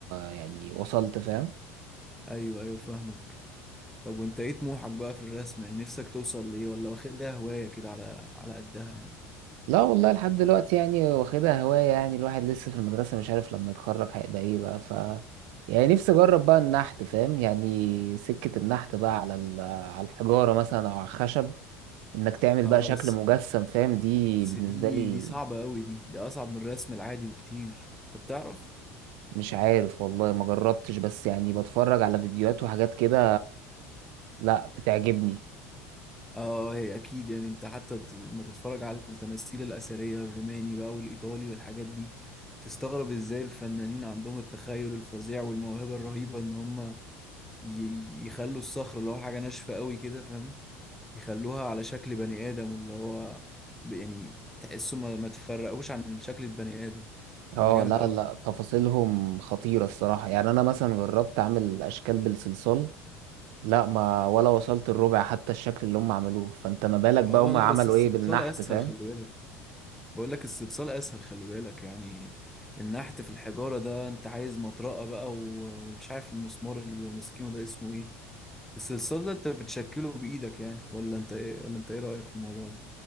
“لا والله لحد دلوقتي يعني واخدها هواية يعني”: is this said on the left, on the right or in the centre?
Right